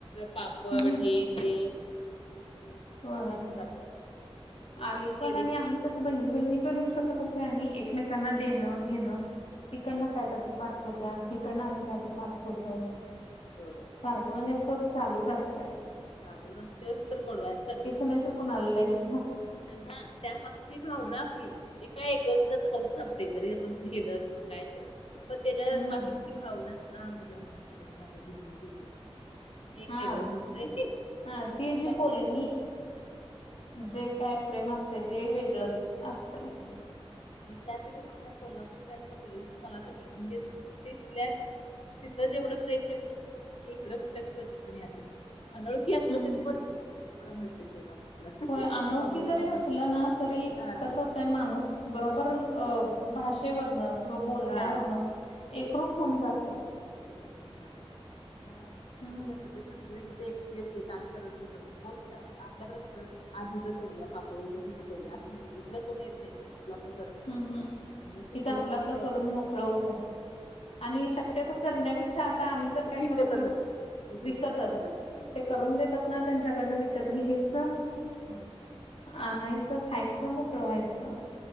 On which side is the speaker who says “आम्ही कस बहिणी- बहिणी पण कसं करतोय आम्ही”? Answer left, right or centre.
Left